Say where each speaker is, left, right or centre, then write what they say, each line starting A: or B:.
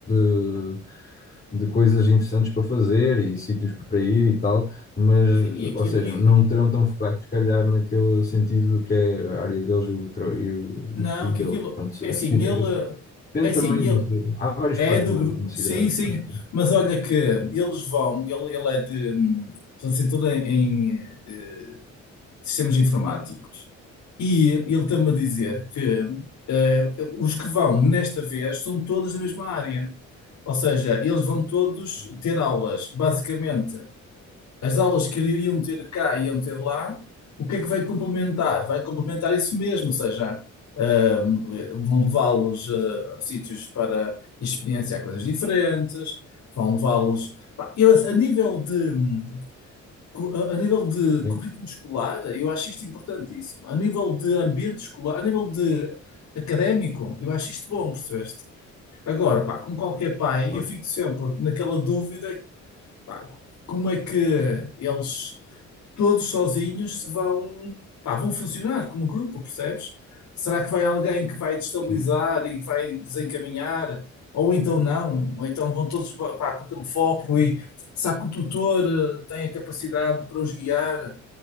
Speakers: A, on the left; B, on the left.
A: de, de coisas interessantes para fazer e sítios para ir e tal, mas
B: Sim, e aquilo.
A: ou seja,
B: E,
A: não
B: e-
A: terão tão focados se calhar naquele sentido que é a área deles e o, tra- e o,
B: não,
A: o estudo
B: que
A: deles.
B: aquilo.
A: Pronto, se,
B: É assim,
A: se tiver,
B: ele.
A: depende
B: É assim,
A: também,
B: ele
A: de- há vários
B: é
A: fatores
B: do grupo.
A: a considerar,
B: Sim, sim.
A: acho que
B: Mas olha que eles vão. Ele, ele é de. hum, Licenciatura em, em eh, sistemas informáticos. E ele está-me a dizer que eh, os que vão nesta vez são todos da mesma área. Ou seja, eles vão todos
A: sim,
B: ter aulas, basicamente. As aulas que iriam ter cá e iam ter lá, o que é que vai complementar? Vai complementar isso mesmo, ou seja, ah, vão levá-los ah, a sítios para experienciar coisas diferentes, vão levá-los. Pá, Eu, a nível de, hum, cu- a a nível de
A: sim,
B: currículo escolar, eu acho isto importantíssimo. A nível de ambiente escolar, a nível de académico, eu acho isto bom, percebeste? Agora, pá, com qualquer pai,
A: claro,
B: eu fico sempre naquela dúvida Pá, como é que eles todos sozinhos se vão, pá, vão funcionar como grupo, percebes? Será que vai alguém que vai destabilizar
A: sim,
B: e que vai desencaminhar? Ou então não? Ou então vão todos, pá, com aquele foco e será que o tutor eh, tem a capacidade para os guiar?